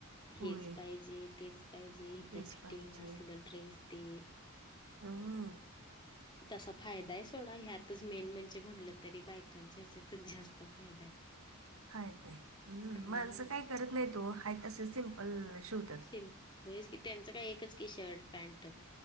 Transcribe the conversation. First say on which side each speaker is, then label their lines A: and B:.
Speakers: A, on the left; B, on the right.
A: हेचं
B: होय
A: पाहिजे तेचं पाहिजे इथं
B: तेच
A: फिटिंग
B: पाहिजे
A: असलं ड्रेस ते
B: हां
A: तसां फायंदा आहे सोंडा ह्यांतच मेन म्हणजे म्हटलं तरी बायकांचा ह्याच्यांतच जास्तं फायंदा आहे
B: फायंदा आहे हम्मं
A: हम्म
B: माणसं कायं करतं नाहीं तो पल्ल शिवतांत
A: सिंम होतंच की त्यांचं कायं एकचं की शर्ट पॅन्ट